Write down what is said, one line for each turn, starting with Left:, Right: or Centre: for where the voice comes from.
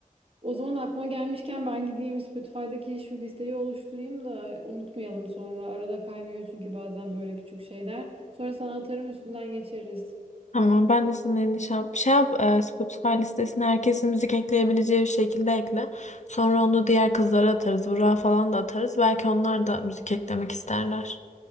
Right: O zaman aklıma gelmişken ben gideyim Spotify'daki şu listeyi oluşturayım da unutmayalım sonra. Arada kaynıyor çünkü bazen böyle küçük şeyler. Sonra sana atarım üstünden geçeriz.
Left: Tamam ben de sana yeni şey yap. Şey yap e, Spotify listesine herkesin müzik ekleyebileceği bir şekilde ekle. Sonra onu diğer kızlara atarız. Burak'a falan da atarız. Belki onlar da müzik eklemek isterler.